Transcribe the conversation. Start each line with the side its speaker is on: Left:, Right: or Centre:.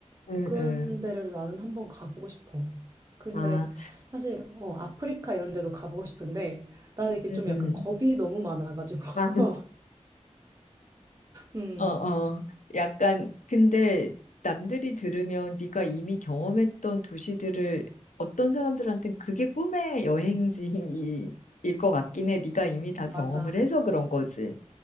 Left: 음,
Right: 그런
Left: 음.
Right: 데를 나는 한 번 가보고 싶어. 근데
Left: 아,
Right: 사실 어, 아프리카 이런 데도 가보고 싶은데 나는 이게 좀
Left: 음, 음.
Right: 약간 겁이 너무 많아가지고. <laughs>
Left: <laughs>
Right: 음,
Left: 아, 어, 어. 약간, 근데 남들이 들으면 네가 이미 경험했던 도시들을 어떤 사람들한테는 그게 꿈의 여행지일 것 같긴 해. 네가 이미 다
Right: 맞아.
Left: 경험을 해서 그런 거지.